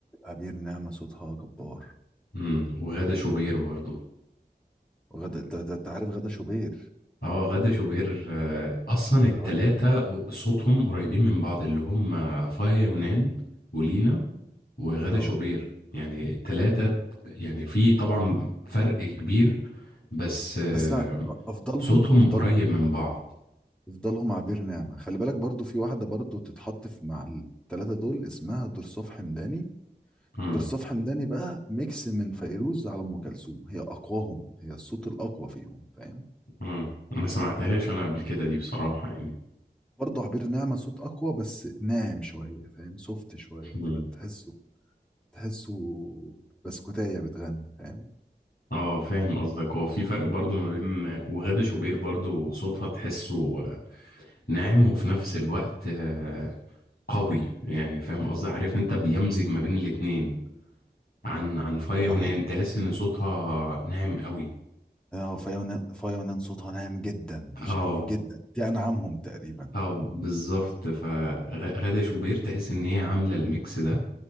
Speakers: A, in the centre; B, on the left (about 70°).
A: عبير نعمة صوتها جبار
B: امم وغادة شوبير برضو
A: وغدا انت أنت- أنت عارف غدا شوبير
B: اه غادة شوبير آه، اصلا التلاتة
A: راجل
B: صوتهم قريبين من بعض اللي هم فايا يونان ولينا وغادة
A: اه
B: شوبير يعني التلاتة يعني في طبعا فرق كبير بس آه،
A: بس أنا أ- افضلهم
B: صوتهم
A: افضلهم
B: قريب من بعض
A: يفضلهم عبير نعمة خلي بالك برضو في واحدة برضو تتحط في مع التلاتة دول اسمها درصوف حمداني
B: امم
A: درصوف حمداني بقى ميكس من فيروز على أم كلثوم هي أقواهم هي الصوت الأقوى فيهم فاهم
B: امم ما سمعتهاش انا قبل كده دي بصراحة يعني
A: برضو عبير نعمة صوت أقوى بس ناعم شوية فاهم سوفت شوية
B: مم.
A: كده تحسه تحسه بسكوتاية بتغني فاهم
B: اه فاهم قصدك هو في فرق برضو ما بين وغادة شوبير برضو صوتها تحسه آه، ناعم وفي نفس الوقت آه، قوي يعني فاهم قصدي عارف انت بيمزج ما بين الاتنين عن عن فايا
A: هو ده
B: ونان
A: حقيقي
B: تحس ان صوتها ناعم قوي
A: اه فيونان فيونان صوتها ناعم جدا
B: اه
A: مش قوي جدا دي أنعمهم تقريبا
B: اه بالظبط فغادة شوبير تحس ان هي عاملة الميكس ده